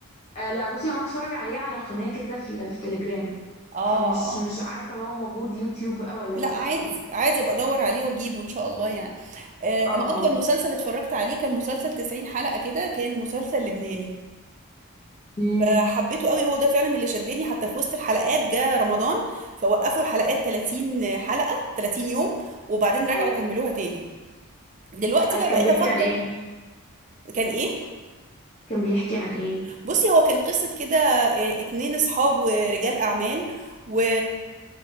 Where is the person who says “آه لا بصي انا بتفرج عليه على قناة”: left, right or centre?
Left